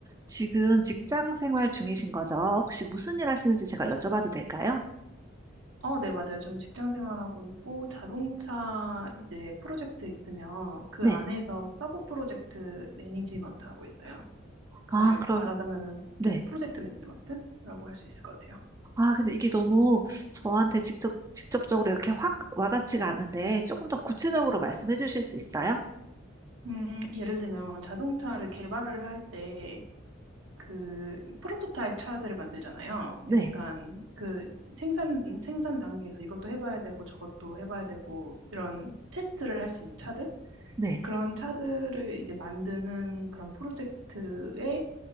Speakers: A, on the right (about 15°); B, on the right (about 75°).
A: 지금 직장 생활 중이신 거죠? 혹시 무슨 일 하시는지 제가 여쭤봐도 될까요?
B: 어, 네, 맞아요. 전 직장 생활하고 있고, 자동차 이제 프로젝트 있으면 그
A: 네.
B: 안에서 서브 프로젝트 매니지먼트 하고 있어요. 그
A: 아,
B: 말-
A: 그럼,
B: 말하자면은,
A: 네.
B: 네, 프로젝트 매니지먼트라고 할 수 있을 것 같아요.
A: 아, 근데 이게 너무 저한테 직접, 직접적으로 이렇게 확 와닿지가 않는데 조금 더 구체적으로 말씀해 주실 수 있어요?
B: 음, 예를 들면 자동차를 개발을 할 때 그 프로토타입 차들을 만들잖아요.
A: 네.
B: 약간 그 생산, 생산 단계에서 이것도 해봐야 되고 저것도 해봐야 되고 이런 테스트를 할 수 있는 차들?
A: 네.
B: 그런 차들을 이제 만드는 그런 프로젝트의